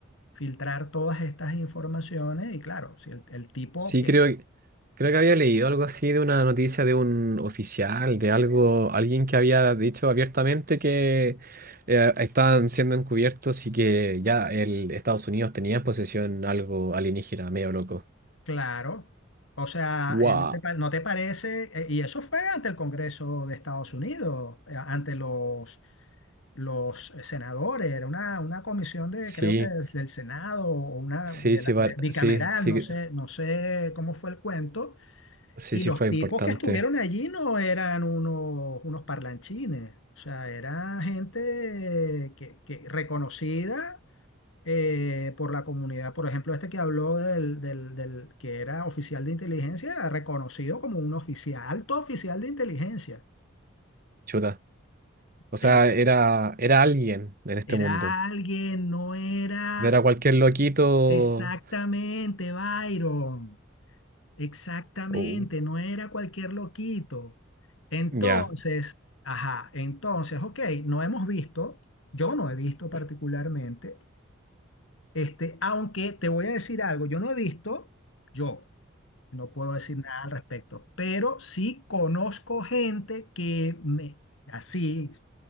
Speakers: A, on the left; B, on the right.
A: filtrar todas estas informaciones y claro, si el, el tipo
B: Sí,
A: que,
B: creo, que- creo que había leído algo así de una noticia de un oficial, de algo, alguien que había dicho abiertamente que eh, estaban siendo encubiertos y que ya el Estados Unidos tenía en posesión algo alienígena, medio loco.
A: claro, o sea,
B: Wow.
A: eh, ¿no te, pa- no te parece? Eh, y eso fue ante el Congreso de Estados Unidos, eh, ante los los eh, senadores, era una, una comisión de,
B: Sí,
A: creo que del del Senado o una
B: sí,
A: de
B: sí,
A: la-
B: par-
A: de- bicameral,
B: sí, sí,
A: no
B: que-
A: sé, no sé cómo fue el cuento,
B: sí,
A: y
B: sí
A: los
B: fue
A: tipos
B: importante.
A: que estuvieron allí no eran unos, unos parlanchines, o sea, era gente que, que reconocida eh, por la comunidad, por ejemplo, este que habló del, del, del que era oficial de inteligencia, era reconocido como un oficial, alto oficial de inteligencia.
B: Chuta. O sea,
A: En-
B: era, era alguien en este
A: Era
B: mundo.
A: alguien, no era
B: Era cualquier loquito.
A: Exactamente, Byron. Exactamente,
B: Oh,
A: no era cualquier loquito. Entonces,
B: ya.
A: ajá, entonces, ok, no hemos visto, yo no he visto particularmente, este, aunque te voy a decir algo, yo no he visto, yo no puedo decir nada al respecto, pero sí conozco gente que me, así,